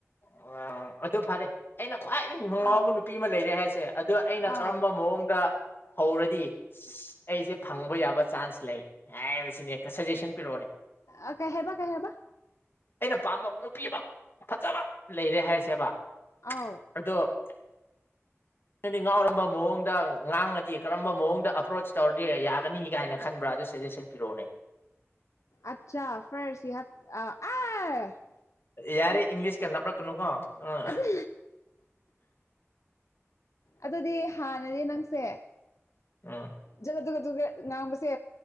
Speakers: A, on the left; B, on the left.
A: ꯑꯣ ꯑꯗꯨ ꯐꯔꯦ ꯑꯩꯅ ꯈ꯭ꯋꯥꯏꯗꯒꯤ ꯉꯅꯨꯡꯉꯥꯎꯕ
B: ꯑꯥꯎ
A: ꯅꯨꯄꯤ ꯑꯃ ꯂꯩꯔꯦ ꯍꯥꯏꯁꯦ ꯑꯗ ꯑꯩꯅ
B: ꯑꯥ
A: ꯀꯔꯝꯕ ꯃꯑꯣꯡꯗ ꯍꯧꯔꯗꯤ ꯑꯩꯁꯦ ꯐꯪꯕ ꯌꯥꯕ ꯆꯥꯟꯁ ꯂꯩ꯫ ꯍꯥꯏꯕꯁꯤꯅꯦ ꯈ ꯁꯖꯦꯁꯟ ꯄꯤꯔꯛꯑꯣꯅꯦ ꯫
B: ꯑꯥ ꯀꯩ ꯍꯥꯏꯕ ꯀꯩ ꯍꯥꯏꯕ
A: ꯑꯩꯅ ꯄꯥꯝꯕ ꯅꯨꯄꯤꯃꯛ ꯐꯖꯕ ꯂꯩꯔꯦ ꯍꯥꯏꯁꯦꯕ꯫
B: ꯑꯥꯎ꯫
A: ꯑꯗꯣ꯫ ꯅꯗꯤ ꯉꯥꯎꯔꯝꯕ ꯃꯑꯣꯡꯗ ꯉꯥꯡꯉꯗꯤ ꯀꯔꯝꯕ ꯃꯑꯣꯡꯗ ꯑꯄ꯭ꯔꯣꯆ ꯇꯧꯔꯗꯤ ꯌꯥꯒꯅꯤ ꯀꯥꯏꯅ ꯈꯟꯕ꯭ꯔꯥ ꯑꯗꯨ ꯁꯖꯦꯁꯟ ꯄꯤꯔꯛꯑꯣꯅꯦ꯫
B: ꯑꯆꯥ ꯐ꯭ꯔꯁ ꯌꯨ ꯍꯦꯄ ꯑ <unintelligible>
A: ꯌꯥꯔꯦ ꯏꯪꯂꯤꯁ ꯀ ꯅ ꯄꯂꯛꯀꯅꯨꯀꯣ ꯑꯥ
B: ꯑꯗꯨ ꯑꯗꯨꯗꯤ ꯍꯥꯟꯅꯗꯤ ꯅꯪꯁꯦ꯫
A: ꯎꯝ
B: ꯖ <unintelligible> ꯗꯨ ꯉꯥꯡꯕꯁꯦ